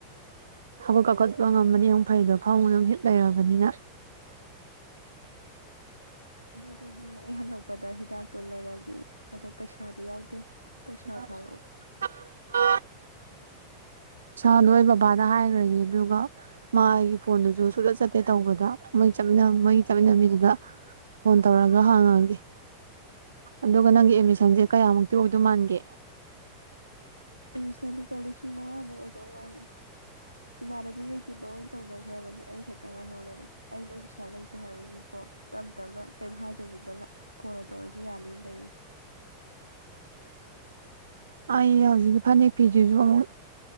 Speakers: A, on the right; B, on the right.
A: ꯍꯧꯒꯠ ꯀꯥꯈꯠꯄ ꯉꯝꯃꯗꯤ ꯑꯃꯨꯛ ꯐꯩꯗꯣ ꯐꯥꯃꯨꯡꯗ ꯍꯤꯞ ꯂꯩꯔꯕꯅꯤꯅ
B: ꯑꯗꯨꯏꯗꯤ ꯍꯌꯦꯡ ꯑꯩ ꯍꯜꯂꯛꯄꯗ ꯍꯤꯗꯥꯛꯇꯣ ꯂꯩꯔꯒꯦ ꯑꯗꯣ ꯄꯩꯁꯥꯗꯤ ꯌꯥꯎꯗꯦ
A: <unintelligible>
B: ꯄꯩꯁꯥ ꯊꯥꯔꯛꯑꯣ
A: ꯏꯁꯥꯗꯣ ꯑꯩ ꯕꯕꯥꯗ ꯍꯥꯏꯈ꯭ꯔꯒꯦ ꯑꯗꯨꯒ ꯃꯥ ꯑꯩꯒꯤ ꯐꯣꯟꯗꯨꯁꯨ ꯁꯨꯆꯠ ꯆꯠꯇꯦ ꯇꯧꯕꯗ ꯃꯣꯏ ꯆꯠꯃꯤ ꯃꯣꯏ ꯆꯠꯃꯤꯟꯅꯕꯤꯗꯨꯗ ꯐꯣꯟ ꯇꯧꯔꯒ ꯍꯥꯡꯉꯒꯦ ꯑꯗꯨꯒ ꯅꯪꯒꯤ ꯑꯦꯠꯃꯤꯁꯟꯁꯦ ꯀꯌꯥꯃꯨꯛꯇꯤ ꯑꯣꯏꯗꯣꯏ ꯃꯥꯟꯒꯦ
B: ꯑꯦꯗꯃꯤꯁꯟ ꯂꯨꯄꯥ ꯂꯤꯁꯤꯡ ꯃꯪꯉꯥꯃꯨꯛ ꯑꯣꯏ ꯈꯤꯇꯧ ꯋꯥꯠꯂꯦ ꯏꯃꯥꯟꯅꯕꯤꯈꯩꯗꯤ ꯂꯣꯏ ꯇꯧꯅꯈ꯭ꯔꯕꯅꯦ ꯑꯩ ꯈꯛꯇ ꯉꯥꯏꯍꯧꯔꯕꯅꯦ ꯑꯩ ꯅꯣꯏ ꯄꯩꯁꯥ ꯂꯩꯇꯦ ꯍꯥꯏꯕꯒꯤꯀꯣ ꯇꯞ ꯇꯞꯅ ꯀꯩꯝ ꯍꯥꯏꯗꯕꯤꯗ ꯀꯣꯟꯅ ꯇꯧꯔꯁꯨ ꯌꯥꯅꯤꯅ ꯂꯩ
A: ꯑꯩ ꯍꯧꯖꯤꯛꯀꯤ ꯐꯅꯦꯛ ꯐꯤꯁꯤꯁꯨ ꯑꯃꯨꯛ